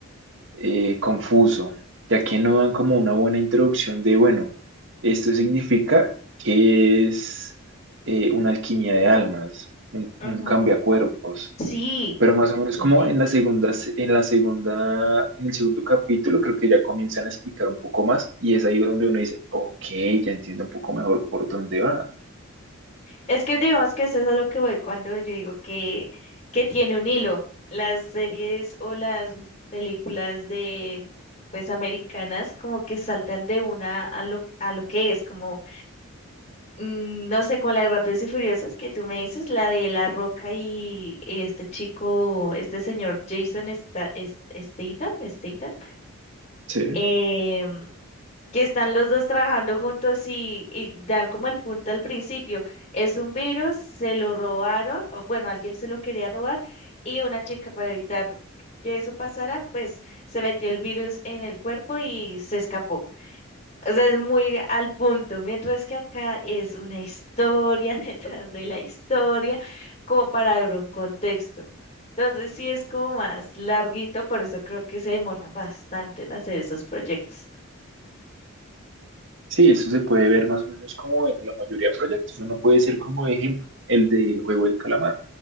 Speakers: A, on the right; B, on the left.
A: eh, confuso, ya que no dan como una buena introducción de, bueno, esto significa que es eh, una alquimia de almas, un,
B: Ujú.
A: un cambiacuerpos
B: Sí,
A: pero más o menos
B: sí.
A: como
B: sí.
A: en la segunda, se- en la segunda, en el segundo capítulo, creo que ya comienzan a explicar un poco más y es ahí donde uno dice, ok, ya entiendo un poco mejor por dónde va.
B: Es que digamos que eso es a lo que voy cuando yo digo que, que tiene un hilo. Las series o las películas de pues americanas como que saltan de una a lo, a lo que es, como mm, no sé, como la de Rápidos y Furiosos que tú me dices, la de La Roca y, y este chico, este señor Jason Sta- es- Statham, Statham,
A: Sí,
B: em, que están los dos trabajando juntos y, y dan como el punto al principio. Es un virus, se lo robaron, o bueno, alguien se lo quería robar y una chica para evitar que eso pasara, pues se metió el virus en el cuerpo y se escapó. O sea, es muy al punto, mientras que acá es una historia <laughs> detrás de la historia, como para dar un contexto. Entonces sí es como más larguito, por eso creo que se demoran bastante en hacer esos proyectos.
A: sí, eso se puede ver más o menos como en la mayoría de proyectos. Uno puede ser como ejemplo el del juego del calamar,